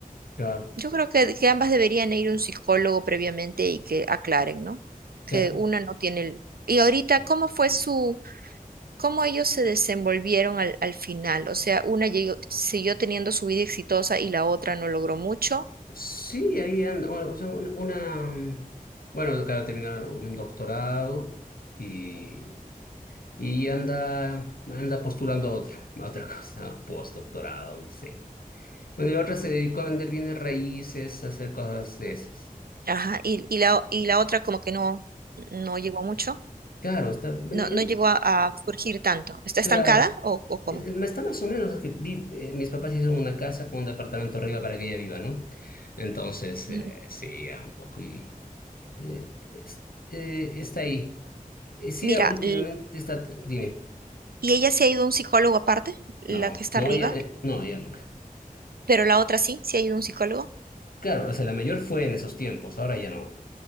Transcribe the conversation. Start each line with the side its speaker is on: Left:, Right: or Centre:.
Left: Claro,
Right: Yo creo que, que ambas deberían ir a un psicólogo previamente y que aclaren, ¿no?
Left: claro.
Right: Que una no tiene el... Y ahorita, ¿cómo fue su, cómo ellos se desenvolvieron al, al final? O sea, una llegó- siguió teniendo su vida exitosa y la otra no logró mucho.
Left: Sí, ahí anda, o o sea, un- una, mm, bueno, acaba de terminar un doctorado y, y anda, anda postulando a otra, a otra cosa, <laughs> postdoctorado, no sé. Bueno, y la otra se dedicó a vender bienes raíces, a hacer cosas de esas.
Right: Ajá, y, y la, y la otra como que no, no llegó a mucho,
Left: Claro, está vendiendo,
Right: no, no llegó a, a surgir tanto. ¿Está
Left: Claro.
Right: estancada o, o cómo?
Left: Eh, eh, Está más o menos que vi- eh, mis papás hicieron una casa con un departamento arriba para que ella viva, ¿no? Entonces,
Right: Ujú.
Left: eh, sí, ya un poco y eh, es- eh, está ahí. Eh, sí,
Right: Mira,
Left: ya últimamente
Right: l-
Left: está, dime,
Right: y ella se ha ido a un psicólogo aparte, la
Left: no,
Right: que está
Left: no,
Right: arriba,
Left: ya, eh, no, ya nunca.
Right: pero la otra sí, se ha ido a un psicólogo.
Left: Claro, o sea, la mayor fue en esos tiempos, ahora ya no,